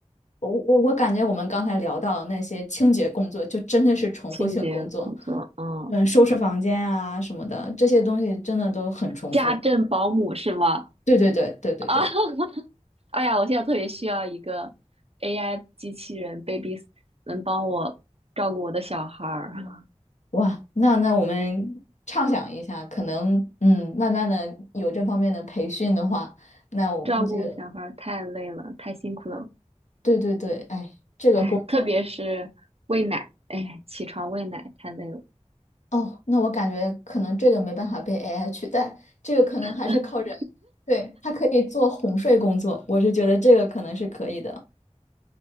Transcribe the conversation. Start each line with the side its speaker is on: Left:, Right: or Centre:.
Left: 我我我感觉我们刚才聊到的那些清洁工作，就真的是重复性工作，
Right: 清洁工作，嗯，
Left: 嗯，收拾房间啊什么的，这些东西真的都很重复。
Right: 家政保姆是吗？
Left: 对对对对对对，
Right: 啊，<laughs> 哎呀，我现在特别需要一个 AI 机器人 baby，能帮我照顾我的小孩儿。<laughs>
Left: 哇，那那我们畅想一下，可能嗯，慢慢的有这方面的培训的话，那我们这个
Right: 照顾小孩儿太累了，太辛苦了。
Left: 对对对，哎，这个工种
Right: 哎，特别是喂奶，哎，起床喂奶太累了。
Left: 哦，那我感觉可能这个没办法被 AI 取代，这个可能还是靠人，
Right: <laughs>
Left: 对，它可以做哄睡工作，我是觉得这个可能是可以的。